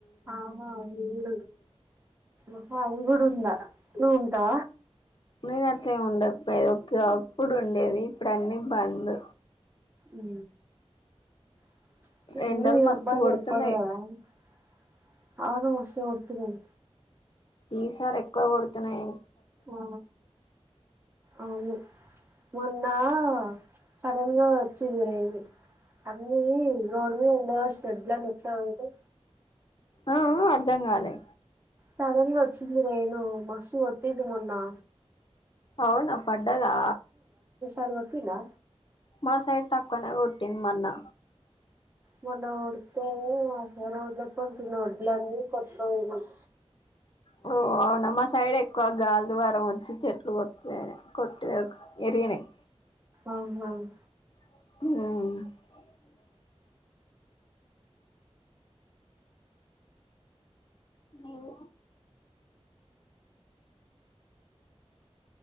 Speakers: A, on the right; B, on the left.
A: ఆహా అవి గూడ ఆహా అవి కూడా ఉండా ఉంటా
B: నేను అట్లెం ఉండకపోయేది ఒక అప్పుడు ఉండేది ఇప్పుడు అన్ని బంద్
A: ఊ <unintelligible>
B: ఎండలు మస్తు కొడుతున్నాయి
A: అవును మస్తు కొడుతూనయి
B: ఈసారీ ఎక్కువ కొడుతున్నయి
A: ఆ అవును మొన్నా సడన్ గా వచ్చిది రేను అన్నీ రోడ్ మీద ఎండో షెడ్ లన్ని నిచ్చాంవెంటి.
B: ఆ ఆ అర్ధం గాలే
A: సడెన్ గా ఒచ్చింది రేణు మస్తు కొట్టింది మొన్నా
B: అవునా పడ్డదా
A: అరు గొట్టిందా
B: మా సైడ్ తక్కువనే కొట్టింది మన్నా
A: మొన్న గొడ్తే ఆసారోడ్లో కొట్టిన వడ్లన్నీ కొట్గాపోయినాయ్.
B: ఓ అవునా మా సైడ్ ఎక్కువ గాలి ద్వారం వచ్చి చెట్లు కొట్పెనాయ్ కొట్ట ఎరిగినయ్.
A: అవునవును
B: ఆ నీవు